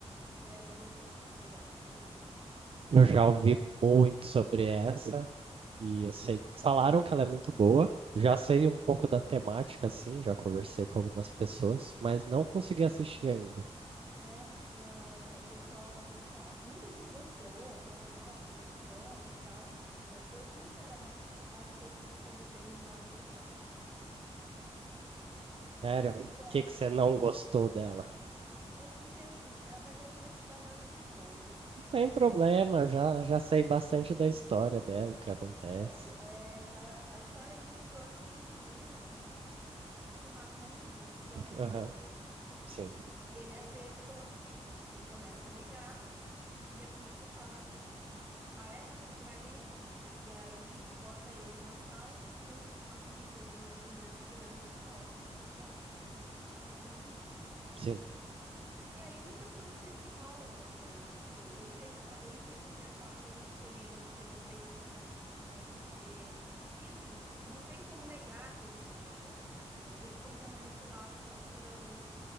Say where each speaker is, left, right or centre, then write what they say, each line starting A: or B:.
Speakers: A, on the right (about 15°); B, on the right (about 55°).
A: foi Adolescência. Você já assistiu?
B: Eu já ouvi muito sobre essa e eu sei, falaram que ela é muito boa. Já sei um pouco da temática, assim, já conversei com algumas pessoas, mas não consegui assistir ainda.
A: É, não, é, o pessoal, fa- muita gente gostou e falou, nossa, é muito bom e tal, mas eu sinceramente achei que ficou devendo em vários aspectos. <laughs>
B: Sério, o
A: E
B: que
A: aí,
B: que você não gostou dela?
A: é porque assim, ah, mas aí eu vou ter que te dar vários spoilers,
B: Não tem
A: tem
B: problema,
A: problema?
B: já, já sei bastante da história dela, o que acontece.
A: Pronto, é, a, a história gira em torno de um menino que mata uma menina. E é um crime
B: Aham,
A: violento.
B: sim,
A: E ele é pego pela polícia, porque ele começa a negar, e a polícia fala: Ah, é? Então, mas vem aqui. E aí bota ele na sala com a fita de uma câmera de segurança que mostra que ele tava atacando a menina.
B: sim.
A: E aí muitas coisas se desenrolam no filme. Tipo, ele tenta, fa- ele o tempo inteiro fala que é inocente, que ele não fez isso, que não sei o quê. E assim, não tem como negar que ele tinha feito aquilo, mas ele tenta manipular a situação.